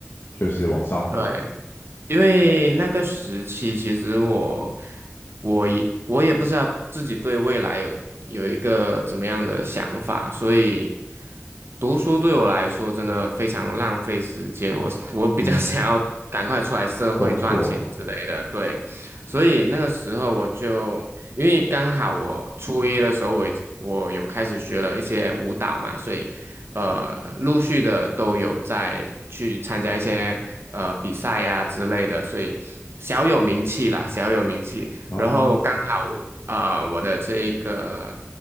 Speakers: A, on the left; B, on the right.
A: 就是往上读了。
B: 对，因为那个时期，其实我我也我也不知道自己对未来有有一个怎么样的想法，所以读书对我来说真的非常浪费时间。我我比较
A: 嗯，
B: <laughs> 想要赶快出来社会赚钱之类的，
A: 工作嘛，
B: 对。所以那个时候我就因为刚好我初一的时候我已我有开始学了一些舞蹈嘛，所以呃，陆续的都有在去参加一些呃比赛呀、之类的，所以小有名气啦，小有名气。
A: 哦，
B: 然后刚好哦呃，我的这个